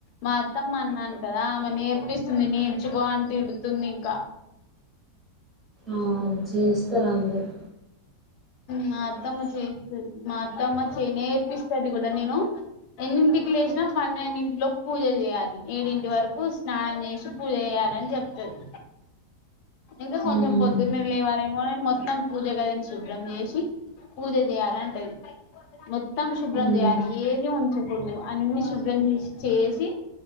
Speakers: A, on the left; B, in the centre.
A: మా అత్తమ అన్నాను కదా ఆమె నేర్పిస్తుంది నేర్చుకో అని తిడుతుంది ఇంకా
B: ఆ చేస్తారు అందరు
A: మా అత్తమ్మ చేస్తుంది మా అత్తమ్మ చేనేర్పిస్తంది ది కూడా నేను ఎన్నింటికి లేచినా పన్నెండింటిలోకి పూజ చేయాలి ఏడింటి వరకు స్నానం చేసి పూజ చేయాలని చెప్తంది ఇంకా కొంచెం
B: ఉమ్
A: పొద్దున్నే లేవారే మ మొత్తం పూజగా జని శుభ్రం చేసి పూజ చేయాలంటది మొత్తం శుభ్రం
B: ఉమ్
A: చేయాలి ఏది ఉంచకూడదు అన్ని శుభ్రం చేసి చేసి